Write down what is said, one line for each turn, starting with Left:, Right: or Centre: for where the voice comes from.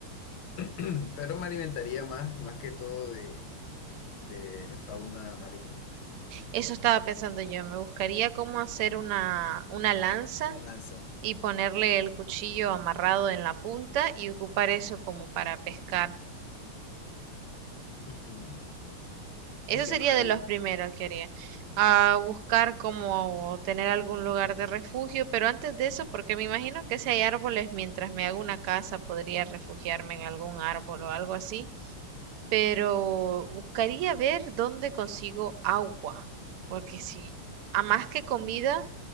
Left: <clears throat> Pero me alimentaría más, más que todo de, de fauna marina,
Right: Eso estaba pensando yo, me buscaría cómo hacer una, una lanza
Left: la lanza.
Right: y ponerle el cuchillo amarrado en la punta y ocupar eso como para pescar.
Left: Ujú.
Right: Eso
Left: ¿Y qué
Right: sería
Left: más haría?
Right: de los primeros que haría. A buscar como tener algún lugar de refugio, pero antes de eso, porque me imagino que si hay árboles, mientras me hago una casa, podría refugiarme en algún árbol o algo así. Pero buscaría ver dónde consigo agua, porque si a más que comida,